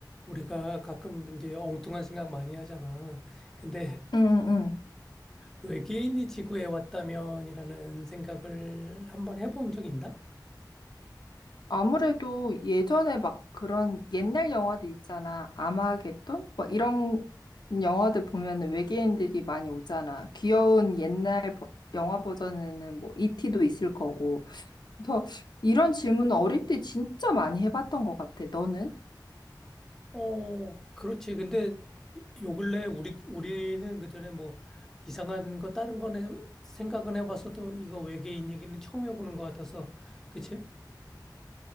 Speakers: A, in the centre; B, on the left (about 70°).
A: 우리가 가끔 이제 엉뚱한 생각 많이 하잖아. 근데
B: 응, 응.
A: 외계인이 지구에 왔다면이라는 생각을 한번 해본 적 있나?
B: 아무래도 예전에 막 그런 옛날 영화들 있잖아. 아마겟돈? 뭐 이런 영화들 보면은 외계인들이 많이 오잖아. 귀여운 옛날 버- 영화 버전에는 뭐 이티도 있을 거고. 그래서 이런 질문은 어릴 때 진짜 많이 해봤던 것 같아. 너는?
A: 어, 그렇지. 근데 요 근래 우리 우리는 그전에 뭐 이상한 거 다른 거는 생각은 해봤어도 이거 외계인 얘기는 처음 해보는 것 같아서 그치?